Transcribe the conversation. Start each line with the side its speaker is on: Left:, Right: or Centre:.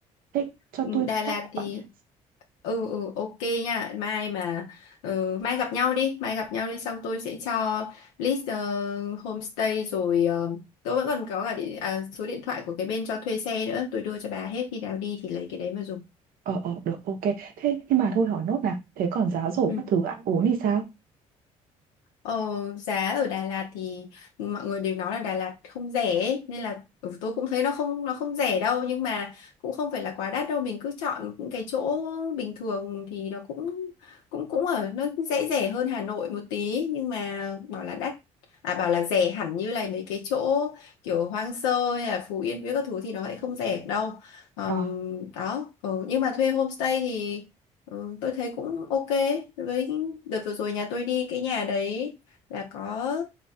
Right: Thế cho
Left: Ừ,
Right: tôi contact
Left: Đà Lạt
Right: của
Left: thì
Right: bạn nha.
Left: ừ ừ ok nha mai mà ừ, mai gặp nhau đi mai gặp nhau đi xong tôi sẽ cho list ờ, homestay rồi ờ, tôi vẫn còn có cả địa, à, số điện thoại của cái bên cho thuê xe nữa tôi đưa cho bà hết khi nào đi thì lấy cái đấy mà dùng
Right: Ờ ờ được ok. Thế nhưng mà thôi hỏi nốt nào. Thế còn giá rổ
Left: Ừ.
Right: các thứ ăn uống thì sao?
Left: Ờ, giá ở Đà Lạt thì mọi người đều nói là Đà Lạt không rẻ ấy, nên là ừ, tôi cũng thấy nó không nó không rẻ đâu nhưng mà cũng không phải là quá đắt đâu mình cứ chọn những cái chỗ bình thường thì nó cũng cũng cũng ở nó dễ rẻ hơn Hà Nội một tí nhưng mà bảo là đắt à bảo là rẻ hẳn như là mấy cái chỗ kiểu hoang sơ hay là Phú Yên với các thứ thì nó lại không rẻ đâu Ờm,
Right: Ờ
Left: đó ừ, nhưng mà thuê homestay thì Ừ, tôi thấy cũng ok với cái- đợt vừa rồi nhà tôi đi cái nhà đấy là có